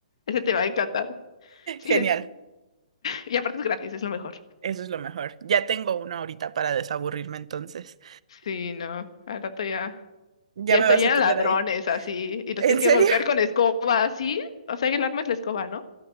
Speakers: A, on the left (about 50°); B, on the right (about 55°).
A: ese te va a encantar. Sí,
B: Genial.
A: y aparte es gratis, es lo mejor.
B: Eso es lo mejor. Ya tengo uno ahorita para desaburrirme entonces.
A: Sí, no. Al rato ya.
B: Ya
A: Ya
B: me
A: estoy
B: vas
A: llena
B: a tener
A: de ladrones
B: ahí.
A: así y los
B: ¿En
A: tienes que
B: serio?
A: golpear con escoba, así. O sea, y el arma es la escoba, ¿no?